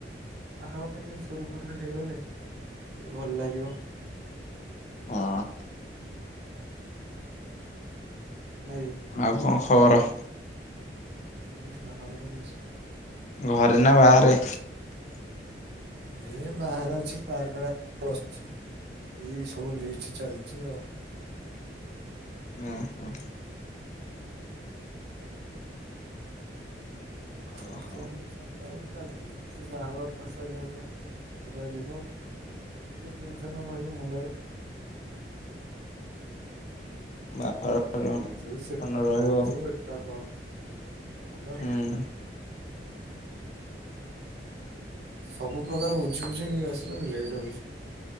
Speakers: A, on the right; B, on the left.
A: ବାହାଘରଟା କେନ୍ତି ସୁରୁଖୁରୁରେ ହେଇଗଲେ ଟିକେ ଭଲ ଲାଗିବ।
B: ହଁ।
A: ନାଇ?
B: ଆଉ କଁ ଖବର?
A: ଏଇ ବାହାଘର ଇସ୍
B: ଘରେ ନା ବାହାରେ?
A: ଏ ବାହାରେ ଅଛି ପାର୍କ ଆଡ଼େ ବସଚି। ଏଇ ସବୁ ଲିଷ୍ଟ ଚାଲଚି ଆଉ।
B: ଉଁ ହୁଁ।
A: ଚାଲଚି
B: ଓହୋ
A: ଏମିତି କଁ? ତା ଗୋଟେ ଚାଲିଚି ସେ ବାହାଘରଟା ସଇଲେ ଗୋଟେ ଅଡ଼ୁଆ ଯିବ। ଏତେ ଟେନସନ୍ ରହି ମୁଣ୍ଡରେ
B: ବାହାଘର
A: ଏଟା ବୁଝୁ ସେଟା
B: ଟେନସନ ରହିବ
A: ବୁଝୁ ଏଟା କର। ହଁ ବା।
B: ଆଉ ହୁଁ
A: ସବୁ ପ୍ରକାର ବୁଝି ବୁଝାକି ଆସିଲାରୁ ଲେଟ୍ ହଉଚି।